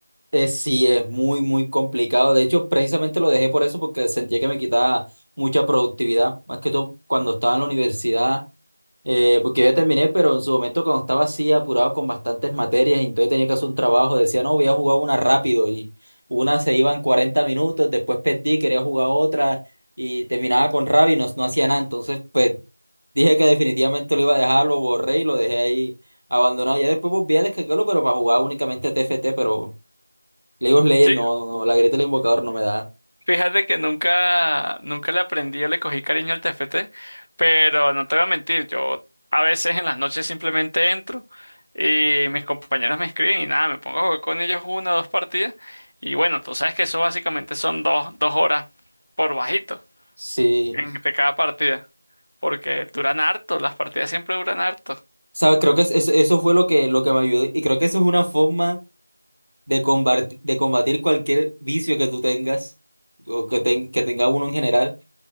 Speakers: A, on the right; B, on the left.
A: Eh, sí, es muy, muy complicado. De hecho, precisamente lo dejé por eso, porque sentía que me quitaba mucha productividad, más que todo cuando estaba en la universidad, eh, porque ya terminé, pero en su momento cuando estaba así apurado con bastantes materias, y entonces tenía que hacer un trabajo, decía, no, voy a jugar una rápido y una se iba en 40 minutos, después perdí, quería jugar otra y terminaba con rabia y no, no hacía nada. Entonces, pues dije que definitivamente lo iba a dejar, lo borré y lo dejé ahí abandonado. Ya después volví a descargarlo, pero para jugar únicamente TFT, pero... League of Legends,
B: Sí,
A: no, no, la grieta del invocador no me da.
B: Fíjate que nunca, nunca le aprendí o le cogí cariño al T F T, pero no te voy a mentir, yo a veces en las noches simplemente entro y mis compañeros me escriben y nada, me pongo a jugar con ellos una o dos partidas y bueno, tú sabes que eso básicamente son dos, dos horas por bajito
A: Sí.
B: entre cada partida, porque duran harto, las partidas siempre duran harto.
A: sabes creo que es- es- eso fue lo que, lo que me ayudó. Y creo que eso es una forma de combatir, de combatir cualquier vicio que tú tengas, o que, ten- que tenga uno en general.